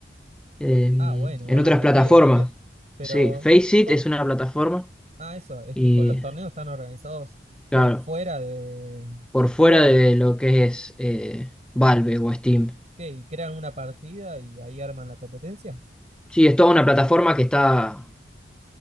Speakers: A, in the centre; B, on the right.
A: eh,
B: Ah, bueno,
A: en
B: bueno,
A: otras
B: metido,
A: plataformas.
B: metido. Pero,
A: Sí, Faceit
B: co-
A: es una
B: co-
A: plataforma.
B: ah, eso, es
A: Y,
B: tipo, los torneos están organizados por
A: claro,
B: fuera de-
A: por
B: del juego.
A: fuera de lo que es eh, Valve
B: ¿Y
A: o Steam.
B: ¿Qué? ¿Y crean una partida y ahí arman la competencia?
A: Sí, es toda una plataforma que está